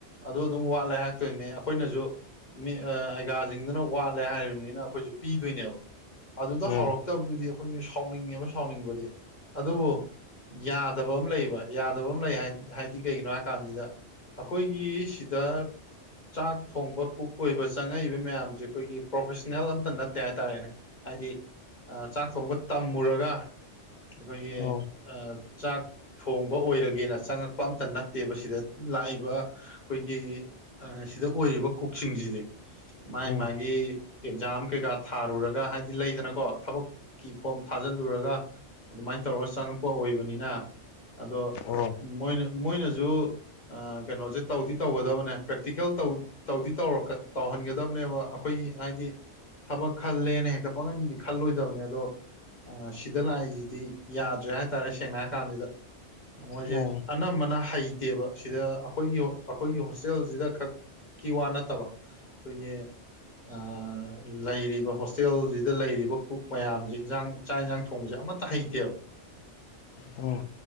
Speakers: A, on the left (about 40°); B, on the left (about 80°).
A: ꯑꯗꯨ ꯑꯗꯨꯝ ꯋꯥꯠꯂꯦ ꯇꯣꯏꯅꯦ ꯑꯩꯈꯣꯏꯅꯖꯨ ꯃꯤ ꯑꯥ ꯑꯩꯒꯥꯁꯤꯡꯗꯨꯅ ꯋꯥꯠꯂꯦ ꯍꯥꯏꯔꯤꯝꯅꯤꯅ ꯑꯩꯈꯣꯏꯁꯨ ꯄꯤꯗꯣꯏꯅꯦꯕ ꯑꯗꯨꯗ
B: ꯎꯝ
A: ꯍꯧꯔꯛꯇꯕꯗꯨꯗꯤ ꯑꯩꯈꯣꯏꯖꯨ ꯁꯥꯎꯅꯤꯡꯉꯦꯕ ꯁꯥꯎꯅꯤꯡꯕꯗꯤ ꯑꯗꯨꯕꯨ ꯌꯥꯗꯕ ꯑꯃ ꯂꯩꯌꯦꯕ ꯌꯥꯗꯕ ꯑꯃ ꯂꯩ ꯍꯥꯏꯗꯤ ꯀꯩꯒꯤꯅꯣ ꯍꯥꯏ ꯀꯥꯟꯖꯤꯗ ꯑꯩꯈꯣꯏꯒꯤ ꯁꯤꯗ ꯆꯥꯛ ꯊꯣꯡꯕ ꯀꯨꯛ ꯑꯣꯏꯕ ꯆꯪꯉꯛꯏꯕ ꯃꯌꯥꯝꯖꯦ ꯑꯩꯈꯣꯏꯒꯤ ꯄ꯭ꯔꯣꯐꯦꯁꯅꯦꯜ ꯑꯝꯇ ꯅꯠꯇꯦ ꯍꯥꯏꯇꯥꯔꯦꯅꯦ ꯍꯥꯏꯗꯤ ꯑꯥ ꯆꯥꯛ ꯊꯣꯡꯕ ꯇꯝꯃꯨꯔꯒ ꯑꯩꯈꯣꯏꯒꯤ
B: ꯎꯝ
A: ꯆꯥꯛ ꯊꯣꯡꯕ ꯑꯣꯏꯔꯒꯦꯅ ꯆꯪꯉꯛꯄ ꯑꯝꯇ ꯅꯠꯇꯦꯕ ꯁꯤꯗ ꯂꯥꯛꯏꯕ ꯈꯣꯏꯒꯤ ꯑ ꯁꯤꯗ ꯑꯣꯏꯔꯤꯕ ꯀꯨꯛꯁꯤꯡꯖꯤꯗꯤ ꯃꯥꯥꯏ
B: ꯎꯝ ꯎꯝ
A: ꯃꯥꯒꯤ ꯑꯦꯛꯖꯥꯝ ꯀꯩꯀꯥ ꯊꯥꯔꯨꯔꯒ ꯍꯥꯏꯗꯤ ꯂꯩꯗꯅꯀꯣ ꯊꯕꯛꯀꯤ ꯐꯣꯝ ꯊꯥꯖꯤꯜꯂꯨꯔꯒ ꯑꯗꯨꯃꯥꯏꯅ ꯇꯧꯔꯒ ꯆꯪꯉꯛꯄ ꯑꯣꯏꯕꯅꯤꯅ ꯑꯗꯣ
B: ꯎꯝ ꯑꯣ
A: ꯃꯣꯏꯅ ꯃꯣꯏꯅꯖꯨ ꯀꯩꯅꯣꯖꯦ ꯇꯧꯗꯤ ꯇꯧꯒꯗꯕꯅꯦ ꯄ꯭ꯔꯦꯛꯇꯤꯀꯦꯜ ꯇꯧ ꯇꯧꯗꯤ ꯇꯧꯔꯛꯀꯥ ꯇꯧꯍꯟꯒꯗꯕꯅꯦꯕ ꯑꯩꯈꯣꯏꯒꯤ ꯍꯥꯏꯗꯤ ꯊꯕꯛ ꯈꯜꯂꯦꯅ ꯍꯦꯛ ꯌꯥꯝ ꯄꯥꯛꯅꯗꯤ ꯈꯜꯂꯣꯏꯗꯕꯅꯦ ꯑꯗꯣ ꯁꯤꯗ ꯂꯥꯛꯏꯖꯤꯗꯤ ꯌꯥꯗ꯭ꯔꯦ ꯍꯥꯏꯇꯥꯔꯦ ꯁꯦꯡꯅ ꯍꯥꯏꯔꯀꯥꯟꯖꯤꯗ ꯃꯣꯏꯖꯦ
B: ꯎꯝ
A: ꯑꯅꯝꯕꯅ ꯍꯩꯇꯦꯕ ꯁꯤꯗ ꯑꯩꯈꯣꯏꯒꯤ ꯑꯩꯈꯣꯏꯒꯤ ꯍꯣꯁꯇꯦꯜꯖꯤꯗ ꯈꯛꯀꯤ ꯋꯥ ꯅꯠꯇꯕ ꯑꯩꯈꯣꯏꯒꯤ ꯑꯥ ꯂꯩꯔꯤꯕ ꯍꯣꯁꯇꯦꯜ ꯁꯤꯗ ꯂꯩꯔꯤꯕ ꯀꯨꯛ ꯃꯌꯥꯝꯖꯦ ꯍꯤꯟꯖꯥꯡ ꯆꯥꯛ ꯏꯟꯖꯡ ꯊꯣꯡꯕꯁꯦ ꯑꯃꯠꯇ ꯍꯩꯇꯦꯕ
B: ꯎꯝ